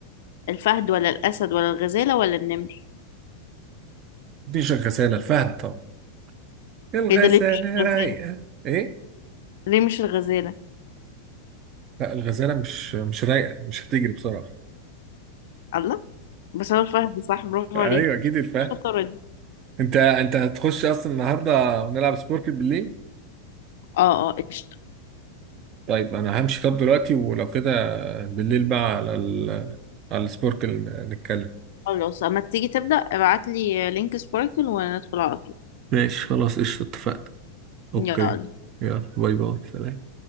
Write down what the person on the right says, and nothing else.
مفيش الغسالة الفهد طبعا الغسالة
رايقة إيه
لا الغزالة مش مش رايقة مش هتجري بسرعة
<laughs> أيوة
أكيد الفهد
انت انت هتخش اصلا النهارده ونلعب سبوركل بالليل
طيب انا همشي طب دلوقتي ولو كده بالليل بقى على ال... على السبوركل نتكلم
ماشي خلاص قشطة اتفقنا اوكي
يلا باي باي سلام